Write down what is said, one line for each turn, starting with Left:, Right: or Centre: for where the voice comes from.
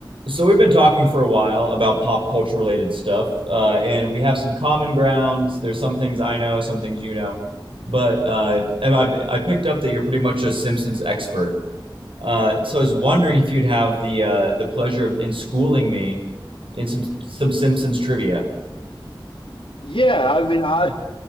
Right: So we've been talking for a while about pop culture related stuff, uh, and we have some common grounds. There's some things I know, some things you know, but uh, and I, I picked up that you're pretty much a Simpsons expert. Uh, so I was wondering if you'd have the uh, the pleasure of in schooling me in some some Simpsons trivia.
Left: Yeah, I mean, I